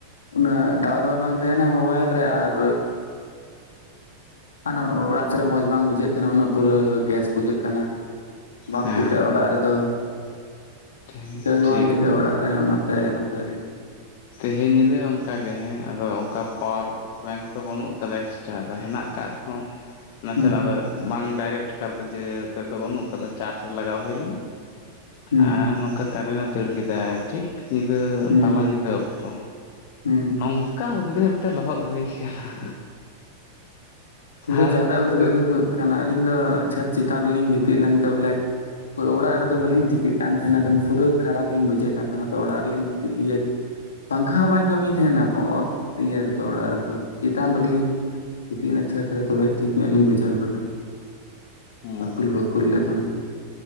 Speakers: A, on the left; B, on the left.
A: ᱚᱱᱟ ᱴᱟᱣᱟᱨ ᱦᱚᱸ ᱵᱟᱝ ᱛᱟᱦᱮᱱᱟ ᱢᱳᱵᱟᱭᱤᱞ ᱨᱮ ᱟᱨ ᱟᱱᱚ ᱚᱲᱟᱜ ᱥᱮᱫ ᱨᱮ ᱢᱚᱸᱡᱽ ᱵᱟᱝ ᱵᱩᱡᱷᱟᱹᱜ ᱠᱟᱱᱟ <unintelligible> ᱩᱱᱟᱹᱜ ᱯᱩᱨᱟᱹ ᱜᱮᱥ ᱵᱩᱡᱷᱟᱹᱜ ᱠᱟᱱ ᱵᱟᱢ
B: ᱦᱮᱸ
A: ᱴᱤᱠᱟᱹᱜᱼᱟ ᱚᱲᱟᱜ ᱨᱮᱫᱚ
B: ᱴᱷᱤᱠ
A: ᱴᱤᱠᱟᱹᱣ ᱜᱮ
B: ᱴᱷᱤᱠ
A: ᱵᱟᱝ ᱴᱤᱠᱟᱹᱜ ᱱᱚᱛᱮ ᱚᱲᱟᱜ ᱨᱮ ᱚᱱᱟᱛᱮ ᱱᱚᱛᱮᱞᱤᱧᱼᱼ
B: ᱛᱮᱦᱮᱧ ᱧᱤᱫᱟᱹ ᱚᱱᱠᱟᱜᱮ ᱦᱮᱸ ᱟᱫᱚ ᱚᱱᱠᱟ ᱯᱟᱣᱟᱨᱼᱼ ᱵᱮᱝᱠ ᱫᱚ ᱵᱟᱹᱱᱩᱜ ᱟᱠᱟᱫᱟ ᱮᱠᱥᱴᱨᱟ ᱟᱫᱚ ᱦᱮᱱᱟᱜ ᱟᱠᱟᱫ ᱨᱮᱦᱚᱸ ᱱᱟᱥᱮᱱᱟᱜ
A: ᱦᱩᱸ
B: ᱫᱚᱼᱼ ᱵᱟᱝ ᱰᱟᱭᱨᱮᱠᱴ ᱠᱟᱨᱛᱮ ᱡᱮ ᱛᱮᱫᱫᱚ ᱵᱟᱹᱱᱩᱜ ᱠᱟᱫᱟ ᱪᱟᱨᱡᱽ ᱞᱟᱜᱟᱣ ᱦᱩᱭ ᱞᱮᱱᱟ
A: ᱦᱩᱸ
B: ᱟᱨ ᱱᱚᱝᱠᱟ ᱠᱟᱨᱮᱱᱮ ᱫᱟᱹᱲ ᱠᱮᱫᱟ ᱴᱷᱤᱠ ᱧᱤᱫᱟᱹ
A: ᱦᱩᱸ
B: ᱛᱟᱞᱟ ᱧᱤᱫᱟᱹ ᱚᱠᱛᱚ
A: ᱦᱩᱸ
B: ᱱᱚᱝᱠᱟ ᱩᱫᱽᱜᱟᱹᱨ ᱛᱮ ᱞᱚᱦᱚᱫ ᱦᱩᱭ ᱟᱠᱟᱱᱟ।
A: ᱯᱩᱨᱟᱹ
B: ᱟᱨ
A: ᱡᱟᱫᱟ
B: ᱛᱟᱦᱚᱞᱮ
A: ᱩᱫᱽᱜᱟᱹᱨ ᱦᱩᱭᱩᱜ ᱠᱟᱱᱟ ᱟᱹᱞᱤᱧ ᱫᱚ ᱪᱷᱟᱹᱫᱽ ᱪᱮᱛᱟᱱ ᱨᱮᱞᱤᱧ ᱜᱤᱛᱤᱡ ᱞᱮᱱᱛᱮ ᱵᱚᱞᱮᱼᱼ ᱯᱩᱨᱟᱹ ᱚᱲᱟᱜ ᱨᱮᱫᱚ ᱵᱟᱹᱞᱤᱧ ᱴᱷᱤᱠᱟᱹᱜ ᱠᱟᱱ ᱛᱟᱦᱮᱱᱟ ᱮᱠᱫᱚᱢ ᱯᱩᱨᱟᱹ ᱠᱷᱟᱨᱟᱯ ᱞᱤᱧ ᱵᱩᱡᱷᱮᱫ ᱠᱟᱱ ᱛᱟᱦᱮᱱᱟ ᱛᱚ ᱚᱲᱟᱜ ᱨᱮᱞᱤᱧ ᱜᱤᱛᱤᱡ ᱤᱭᱟᱹ ᱯᱟᱝᱠᱷᱟ ᱦᱚᱸ ᱵᱟᱭ ᱠᱟᱹᱢᱤᱭ ᱫᱟ। ᱛᱟᱦᱮᱱᱟ ᱚᱛ ᱤᱭᱟᱹ ᱨᱮᱫᱚ ᱚᱲᱟᱜ ᱨᱮ ᱫᱚ ᱪᱮᱛᱟᱱ ᱨᱮᱞᱤᱧ <unintelligible> ᱜᱤᱛᱤᱡᱱᱟ। ᱪᱷᱟᱸᱛ ᱨᱮ ᱛᱟᱦᱚᱞᱮ ᱴᱷᱤᱠ ᱧᱚᱜ ᱞᱤᱧ ᱵᱩᱡᱷᱟᱹᱣ ᱠᱟᱫᱟ
B: ᱦᱮᱸ
A: ᱟᱹᱩᱞ ᱵᱟᱹᱠᱩᱞ <unintelligible> ᱜᱮ ᱫᱚᱢᱮ।